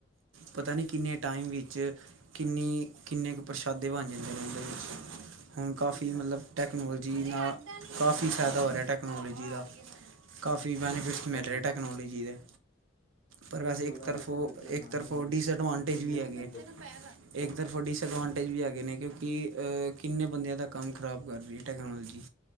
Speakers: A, on the right; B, on the left.
A: ਪਤਾ ਨਹੀਂ ਕਿੰਨੇ ਟਾਈਮ ਵਿੱਚ ਕਿੰਨੀ ਕਿੰਨੇ ਕੁ ਪ੍ਰਸ਼ਾਦੇ ਬਣ ਜਾਂਦੇ ਨੇ ਉਹਦੇ ਵਿੱਚ ਹੁਣ ਕਾਫੀ ਮਤਲਬ ਟੈਕਨੋਲੋਜੀ ਨਾਲ ਕਾਫੀ ਫਾਇਦਾ ਹੋ ਰਿਹਾ ਟੈਕ ਟੈਕਨੋਲਜਜੀ ਦਾ ਕਾਫੀ ਬੈਨੀਫਿਟਸ ਮਿਲ
B: ਹਾਂਜੀ
A: ਰਹੇ ਟੈਕਨੋਲਜੀੀ ਦੇ ਪਰ ਵੈਸੇ
B: ਬੜਾ
A: ਇੱਕ ਤਰਫੋਂ
B: ਇਹ ਚੀਜ਼ਾਂ ਤੇ ਹੁਣ
A: ਇੱਕ
B: ਆਣੀਆਂ
A: ਤਰਫੋਂ
B: ਨੇ
A: ਡਿਸਐਡਵਾਂਟੇਜ
B: ਫਿਊਚਰ ਹੀ
A: ਵੀ
B: ਇਸ
A: ਹੈਗੇ
B: ਚੀਜ਼ ਦਾ
A: ਇੱਕ ਤਰਫੋਂ ਡਿਸਐਡਵਾਂਟੇਜ
B: ਹਾਂਜੀ,
A: ਵੀ ਹੈਗੇ ਨੇ ਕਿਉਕਿ ਕਿ ਕਿੰਨੇ ਬੰਦਿਆਂ ਦਾ ਕੰਮ ਖ਼ਰਾਬ ਕਰ ਰਹੀ ਹੈ ਟੈਕਨੋਲਜੀ